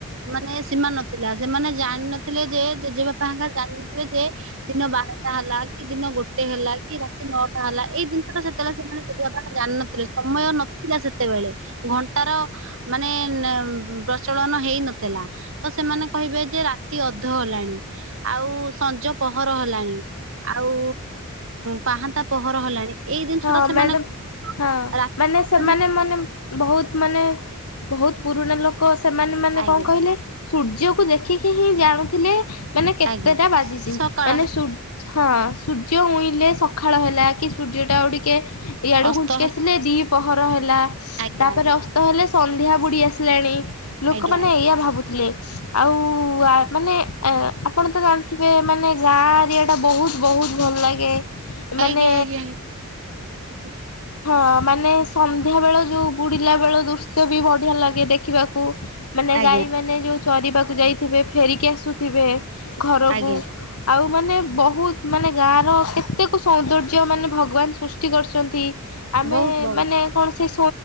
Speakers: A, on the right (about 60°); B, on the left (about 85°).
A: ମାନେ ସୀମା ନଥିଲା ସେମାନେ ଜାଣିନ ଥିଲେ ଯେ ଜେଜେବାପାଙ୍କ ଜାଣିଥିଲେ ଯେ ଦିନ ବାରଟା ହେଲା କି ଦିନ ଗୋଟେ ହେଲା କି ରାତି ନଅଟା ହେଲା ଏଇ ଜିନିଟା ସେ ତେଳେ ସେମାନେ ଜେଜେବାପା ଜାଣିନଥିଲେ ସମୟ ନଥିଲା ସେତେବେଳେ ଘଣ୍ଟାର ମାନେ ନେ ପ୍ରଚଳନ ହେଇ ନଥିଲା ତ ସେମାନେ କହିବେ ଯେ ରା ତି ଅଧ ହେଲାଣି ଆଉ ସଞ୍ଜ ପହର ହେଲାଣି ଆଉ ପାହାନ୍ତା ପହର ହେଲାଣି ଏଇ ଜିନିଷ
B: ହଁ
A: ଟା ସେମାନେ
B: ମ୍ୟାଡମ୍ ହଁ
A: ରାତି
B: ମାନେ ସେମାନେ
A: ଯାଏ।
B: ମାନେ ବହୁତ ମାନେ ବହୁତ ପୁରୁଣା ଲୋକ ସେମାନେ ମାନେ
A: ଆଜ୍ଞା
B: କଣ କହିଲେ
A: ଆଜ୍ଞା
B: ସୂର୍ଯ୍ୟକୁ ଦେଖିକି ହିଁ ଜାଣୁଥିଲେ ମାନେ କେତେଟା
A: ଆଜ୍ଞା
B: ବାଜିଛି
A: ସକାଳ
B: ମାନେ
A: ହେଲା,
B: ସୁ ହଁ ସୂର୍ଯ୍ୟ ଉଇଁଲେ ସକାଳ ହେଲା କି ସୂର୍ଯ୍ୟ ଆଉଟିକେ ଇଆଡୁ
A: ଅସ୍ତ
B: ଘୁଞ୍ଚିକି
A: ହେଲା
B: ଆସିଲେ ଦି ପହର ହେଲା
A: ଆଜ୍ଞା
B: ତାପରେ
A: ଆଜ୍ଞା
B: ଅସ୍ତ ହେଲେ ସନ୍ଧ୍ୟା ବୁଡ଼ି ଆସିଲାଣି ଲୋକମାନେ
A: ଆଜ୍ଞା
B: ଏଇଆ ଭାବୁଥିଲେ। ଆଉ ଆ ମାନେ ଏଁ ଆପଣ ତ ଜାଣିଥିବେ ମାନେ ଗାଁ ଏରିଆ ଟା ବହୁତ ବହୁତ ତ୍ ଭଲ ଲାଗେ ମାନେ
A: ଆଜ୍ଞା ଆଜ୍ଞା <inaudible> ଆଜ୍ଞା।
B: ହଁ ମାନେ ସନ୍ଧ୍ୟାବେଳ ଯୋଉ ବୁଡ଼ିଲା ବେଳ ଦୃଶ୍ୟ ବି ବଢ଼ିଆ ଲାଗେ ଦେଖିବାକୁ। ମାନେ
A: ଆଜ୍ଞା
B: ଗାଈ ମାନେ ଯୋଉ ଚରିବାକୁ ଯାଇଥିବେ ଫେରିକି ଆସୁଥିବେ ଘରକୁ
A: ଆଜ୍ଞା
B: ଆଉ ମାନେ ବହୁତ ମାନେ ଗାଁର କେତେକ ସୌନ୍ଦର୍ଯ୍ୟ ମାନେ ଭଗବାନ ସୃଷ୍ଟି କରିଛନ୍ତି। ଆମେ
A: ବହୁତ ବହୁତ
B: ମାନେ କଣ ସେଇ